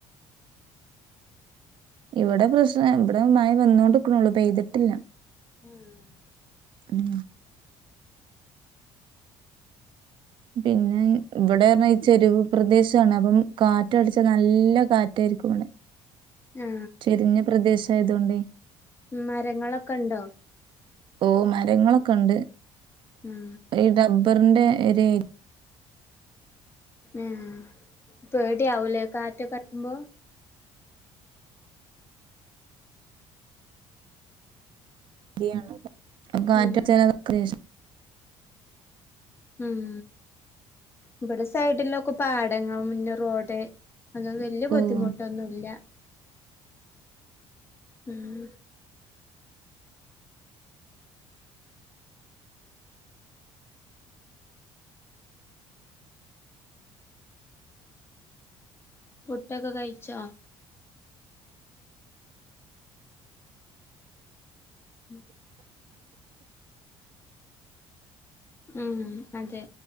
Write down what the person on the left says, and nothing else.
ആഹ്
ആ,
ഉം മരങ്ങളൊക്കെണ്ടോ
ഉം
ആഹ് പേടിയാവൂലേ കാറ്റക്ക അടിക്കുമ്പൊ
ഉം, ഉം ഇവിടെ സൈഡിലൊക്കെ പാടങ്ങളും പിന്നെ റോഡ് അല്ലാതെ വല്ല്യ ബുദ്ധിമുട്ടൊന്നുല്ല
ഉം പുട്ടൊക്കെ കഴിച്ചോ ഉം ഉം അതെ